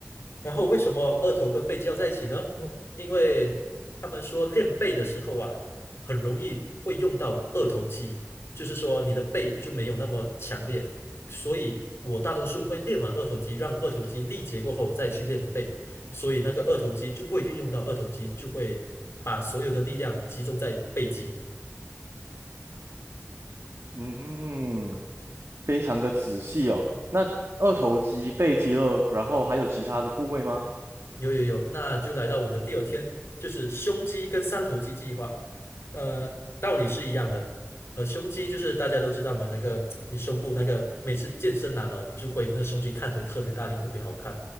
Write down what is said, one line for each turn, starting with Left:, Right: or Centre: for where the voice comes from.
Left: 然后为什么二头跟背肌要在一起呢？因为他们说练背的时候啊，很容易会用到二头肌，就是说你的背就没有那么强烈，所以我大多数会练完二头肌，让二头肌力竭过后再去练背，所以那个二头肌就不会运用到二头肌，就会把所有的力量集中在背肌。
Right: 嗯，非常的仔细哦。那二头肌、背肌肉，然后还有其他的部位吗？
Left: 有有有，那就来到我的第二天，就是胸肌跟三头肌计划。呃，道理是一样的。呃，胸肌就是大家都知道嘛，那个你胸部那个每次健身男哦，就会那胸肌看起来特别大力，特别好看。